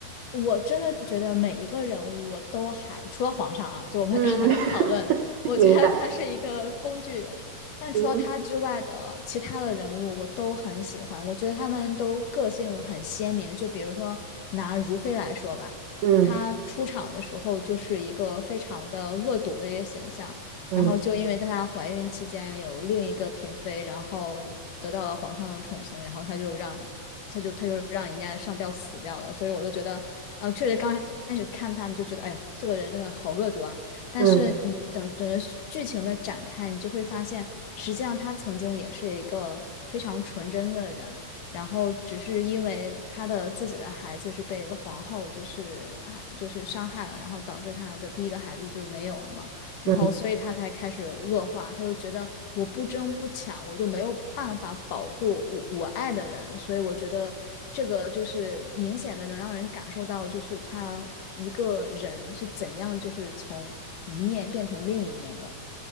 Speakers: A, on the left (about 65°); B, on the right (about 80°).
A: 我真的觉得每一个人物我都还，除了皇上啊，就我们刚才
B: 嗯，<laughs>
A: <laughs> 讨论的，我觉得他是一个工具人。
B: 明白，
A: 但除了他之外的其他的人物，
B: 嗯
A: 我都很喜欢。我觉得他们都个性很鲜明。就比如说拿如妃来说吧，
B: 嗯
A: 她出场的时候就是一个非常的恶毒的一个形象，
B: 嗯
A: 然后就因为在她怀孕期间有另一个嫔妃，然后得到了皇上的宠幸，然后她就让他就他就让人家上吊死掉了。所以我就觉得，呃，确实刚开始看他，你就觉得，哎呦，这个人真的好恶毒啊。但是你整整个剧情的展开，
B: 嗯
A: 你就会发现，实际上他曾经也是一个非常纯真的人，然后只是因为他的自己的孩子是被皇后就是啊就是伤害了，然后导致他的第一个孩子就没有了嘛。然后所以他才开始恶化，
B: 嗯
A: 他就觉得我不争不抢，我就没有办法保护我我爱的人，所以我觉得这个就是明显的能让人感受到，就是他一个人是怎样就是从一面变成另一面的。